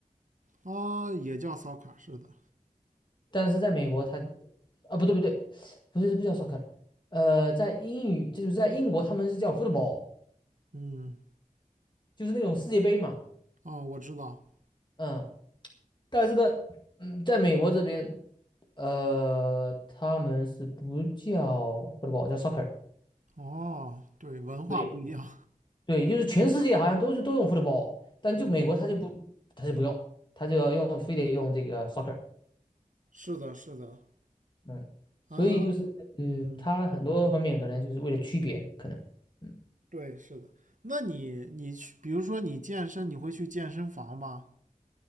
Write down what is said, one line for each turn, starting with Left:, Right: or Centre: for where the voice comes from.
Right: 啊，也叫 soccer，是的。
Left: 但是在美国它啊不对不对，不是不叫 soccer，呃，在英语就是在英国他们是叫 football。
Right: 嗯，
Left: 就是那种世界杯嘛，
Right: 哦，我知道。
Left: 嗯，但是呢，嗯，在美国这边，呃，他们是不叫 football，叫 soccer，
Right: 哦，对，文化不一样。
Left: 对对，就是全世界好像都是都用 football，但就美国他就不他就不用，
Right: 嗯，
Left: 他就要用非得用这个 soccer，
Right: 是的，是的。
Left: 嗯，
Right: 啊嗯，
Left: 所以就是呃，
Right: 嗯，
Left: 他很多方面可能就是为了区别，可能。嗯。
Right: 对，是的。那你你去，比如说你健身，你会去健身房吗？